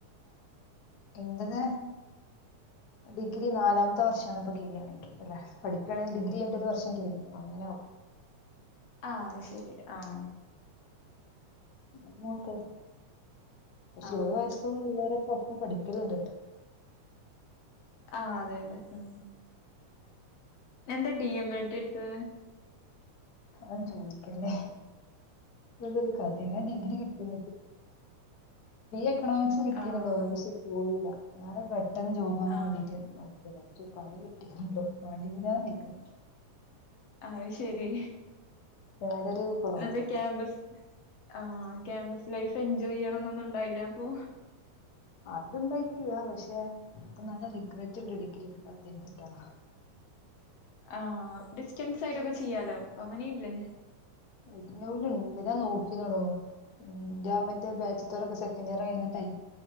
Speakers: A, on the left; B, on the left.
A: എറത് ഡിഗ്രി നാലാമത്തെ വർഷണിപ്പ ചെയ്യുകയാണെങ്കിൽ അല്ലെ പഠിക്കും ണെ ഡിഗ്രി ചെയ്യണ്ട ഒരു വർഷം കഴി അങ്ങനെ ആാവും
B: ആഹ ശരി ആഹ
A: ങ്ങട്ട പക്ഷെ
B: ആഹ്
A: ഇരുപത് വയസ്ന്നള്ളവര പ്പും പഠിക്കലണ്ട്ട്ട്
B: ആ അതെ അതെ ഉ എന്താ ഡി എം ഇട്ടി എടുത്ത
A: അവൻ ചോദിക്കല്ലേ ഇതക്ക അത ഡിഗ്രി കിട്ട എക്കണോമിക്സ് കിട്ടിയെന്നോശ
B: ആഹ്
A: പോയില്ല ഞാൻ പെട്ടെന്ന് ജോബാൻ
B: ആഹ്
A: വേണ്ടിയിട്ടായിരുന്നു ഒരു പണി കിട്ടിട്ടണ്ടോ പണ്ടി വിരാ നക്കുന്നു
B: അത് ശരി
A: സാലറി കുറവാണോ
B: നന്റെ ക്യാമ്പസ് ആഹ ക്യാമ്പസ് ലൈഫ് എൻജോയ് ചെയ്യണംന്നൊന്നും ഇണ്ടായില്ല അപ്പൊ
A: അത്ണ്ടായിട്ട പക്ഷെ ഇപ്പൊ നല്ല റിഗ്രെറ്റ് ഉണ്ട് ഡിഗിരി ഒക്കെ കത്തി ചിട്ടാ <inaudible>
B: ആഹ ഡിസ്റ്റൻസ് ആയിട്ടൊക്കെ ചെയ്യാലോ ഇപ്പൊ അങ്ങനെയില്ലേ
A: ഇന്റ് നവ്ൽ ഉണ്ട്ഞാൻ നോക്കിന്നോടോ എന്റെ മറ്റേ ബാച്ച്ത്തോരൊക്കെ സെക്കൻഡ് ഇയർ ആയി അ